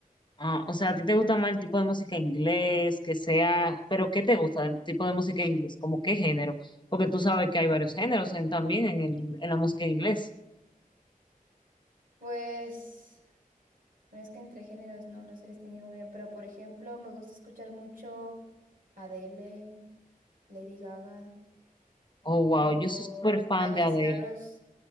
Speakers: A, on the left (about 30°); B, on the right (about 70°).
A: Ah, o sea, ¿a ti te gusta más el tipo de música inglés, que sea, pero qué te gusta el tipo de música inglés? ¿Como qué género? Porque tú sabes que hay varios géneros en- también en, el- en la música en inglés.
B: Pues, bueno, es que entre géneros no los distinguen muy bien, pero por ejemplo, me gusta escuchar mucho Adele, Lady Gaga
A: Oh, wow,
B: o
A: yo soy súper fan
B: Miley
A: de Adele.
B: Cyrus.